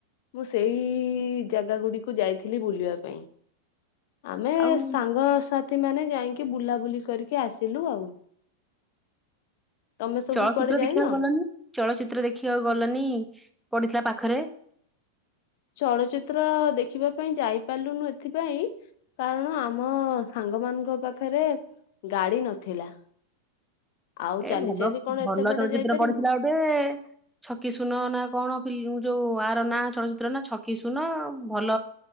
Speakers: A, on the left; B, in the centre.
A: ମୁଁ ସେଇ ଜାଗା ଗୁଡିକୁ ଯାଇଥିଲି ବୁଲିବା ପାଇଁ। ଆମେ ଏ
B: ଆଉ
A: ସାଙ୍ଗସାଥି ମାନେ। ଯାଇଁକି ବୁଲାବୁଲି କରିକି ଆସିଲୁ ଆଉ। ତମେ ସବୁ
B: ଚଳଚିତ୍ର
A: କୁଆଡେ ଯାଇନ?
B: ଦେଖିଆକୁ ଗଲନି ଚଳଚିତ୍ର ଦେଖିଆକୁ ଗଲନି ପଡିଥିଲା ପା ପାଖରେ।
A: ଚଳଚିତ୍ର ଦେଖିବା ପାଇଁ ଯାଇପାରଲୁନୁ ଏଥିପାଇଁ କାରଣ ଆମ ସାଙ୍ଗ ମାନଙ୍କ ପାଖରେ ଗାଡି ନଥିଲା। ଆଉ
B: ଏ
A: ଚାଲି
B: ଭଲ
A: ଚାଲି କଣ
B: ଭଲ
A: ଏତେ ବାଟ
B: ଚଳଚିତ୍ର
A: ଯାଇପାରିବୁ?
B: ପଡିଥିଲା ଗୋଟେଏ ଛକି ଶୂନ ନା କଣ ଫିଲ୍ମ ଯୋଉ କୁଆର ନାଁ ଚଳଚିତ୍ର ନା ଛକି ସୁନ ଭଲ